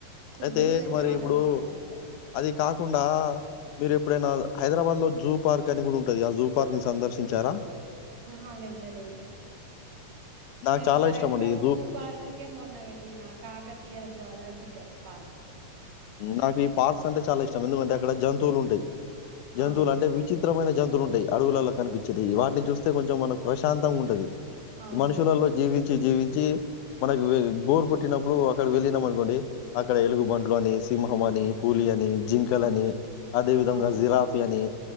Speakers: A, on the right; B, on the left.
A: ఫుడ్
B: అయితే
A: కూడా
B: మరి
A: చాలా
B: ఇప్పుడు
A: బాగుంది అక్కడ
B: అది కాకుండా మీరు ఇప్పుడైనా హైదరాబాద్ లో జూ పార్క్ అని కూడా ఉంటుది ఆ జూ పార్క్ ని సందర్శించారా
A: ఆహూవెళ్ళలేదు
B: నాకు
A: నేను
B: చాలా
A: వరంగల్
B: ఇష్టం అండి ఈ
A: జూ పార్క్ కే మొన్న వెళ్ళినా కాకతీయ జ్వాలాజీ పార్క్
B: నాకు ఈ పార్క్స్ అంటే చాలా ఇష్టం ఎందుకంటే అక్కడ జంతువులు ఉంటయి జంతువులు
A: అవును
B: అంటే విచిత్రమైన జంతువు ఉంటాయి అడుగులలో కనిపించేది వాటిని చూస్తే కొంచెం మనకు ప్రశాంతంగా ఉంటది
A: అవును
B: మనుషులలో జీవించి జీవించి మనకు బోర్ కొట్టినప్పుడు అక్కడ వెళ్ళినాం అనుకోండి అక్కడ ఎలుగుబండ్లు అని సింహం అని పూలి అని జింకల్ అని అదే విధంగా
A: అవును
B: జిరాఫి అని